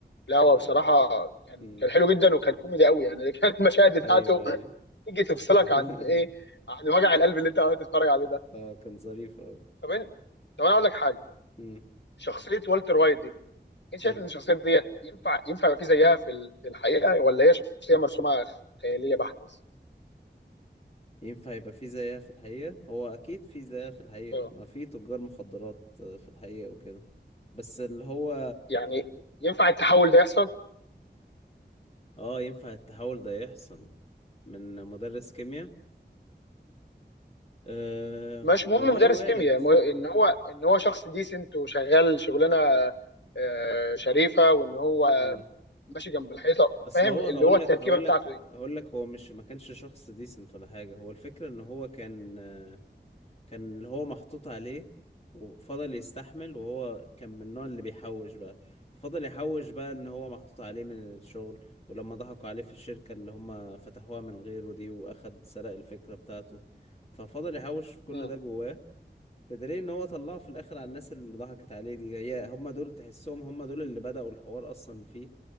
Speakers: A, on the left (about 80°); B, on the left (about 35°).
A: لا هو
B: يعني
A: بصراحه كان
B: امم
A: كان حلو جدا وكان كوميدي قوي يعني <laughs> كانت المشاهد بتاعته
B: ايوه ايوه
A: تيجي تفصلك
B: <laughs>
A: عن ايه عن وجع القلب اللي انت قاعد تتفرج عليه ده
B: اه كان ظريف اوي
A: طب انت طب انا اقول لك حاجه
B: امم
A: شخصيه والتر وايت دي انت
B: حلو
A: شايف ان الشخصيه ديت ينفع ينفع يبقى في زيها في ال- في الحقيقه ولا هي شخصيه مرسومه خياليه بحت بس
B: ينفع يبقى في زيها في الحقيقة هو اكيد في زيها في الحقيقة
A: اه
B: ما في تجار مخدرات آه، في الحقيقة وكده بس اللي هو
A: يعني ينفع التحول ده يحصل
B: اه ينفع التحول ده يحصل من مدرس كيمياء أه
A: مش مهم
B: والله
A: مدرس
B: وارد
A: كيمياء م- ان هو ان هو شخص ديسنت وشغال شغلانه آه، شريفه وان هو
B: مم.
A: ماشي جنب الحيطه
B: اصل
A: فاهم
B: هو
A: اللي
B: هقول
A: هو التركيبه
B: لك هقول
A: بتاعته
B: لك
A: دي
B: هقول لك هو مش ما كانش شخص ديسنت ولا حاجة هو الفكرة ان هو كان كان اللي هو محطوط عليه وفضل يستحمل وهو كان من النوع اللي بيحوش بقى فضل يحوش بقى ان هو محطوط عليه من الشغل ولما ضحكوا عليه في الشركة اللي هم فتحوها من غيره دي واخد سرق الفكرة بتاعته ففضل يحوش في كل
A: مم.
B: ده جواه بدليل ان هو طلعه في الاخر على الناس اللي ضحكت عليه دي هي هم دول تحسهم هم دول اللي بدأوا الحوار اصلا فيه